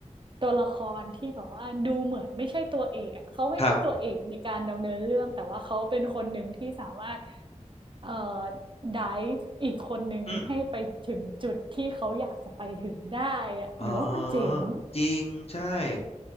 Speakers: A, on the right; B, on the left.
A: ตัวละครที่แบบว่าดูเหมือนไม่ใช่ตัวเอกอ่ะเขาไม่ใช่ตัวเอกในการดำเนินเรื่องแต่ว่าเขาเป็นคนหนึ่งที่สามารถ
B: ครับ
A: เอ่อไดฟ์อีกคนหนึ่งให้ไปถึงจุดที่เขาอยากจะไปถึงได้อะหนูว่ามันเจ๋ง
B: อืมอ๋อจริง ใช่